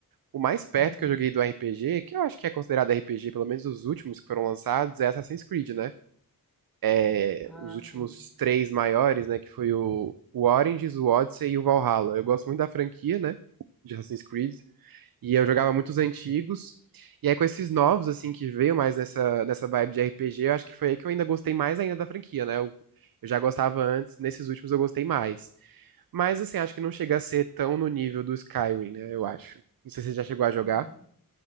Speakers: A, on the right (about 70°); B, in the centre.
A: O mais perto
B: Uhum.
A: que eu joguei do RPG, que eu acho que é considerado RPG, pelo menos os últimos que foram lançados, é Assassin's Creed, né? É,
B: Ah,
A: os últimos
B: sim.
A: três maiores, né? Que foi o, o Origins, o Odyssey e o Valhalla. Eu gosto muito da franquia, né? De Assassin's Creed. E eu jogava muitos antigos. E aí, com esses novos, assim, que veio mais nessa, nessa vibe de RPG, eu acho que foi aí que eu ainda gostei mais ainda da franquia, né? Eu, eu já gostava antes, nesses últimos eu gostei mais. Mas, assim, acho que não chega a ser tão no nível do Skyrim, né? Eu acho. Não sei se você já chegou a jogar.
B: Uhum.